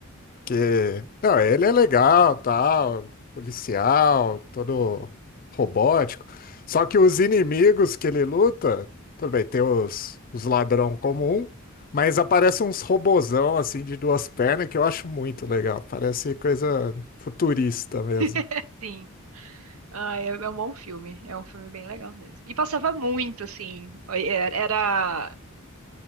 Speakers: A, on the left; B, on the right.
A: Que, não, ele é legal, tal, policial, todo robótico. Só que os inimigos que ele luta, tudo bem, tem os, os ladrão comum, mas aparecem uns robozão assim de duas pernas que eu acho muito legal. Parece coisa futurista mesmo.
B: <laughs> Sim. Ah, é, é um bom filme, é um filme bem legal mesmo. E passava muito, assim, era era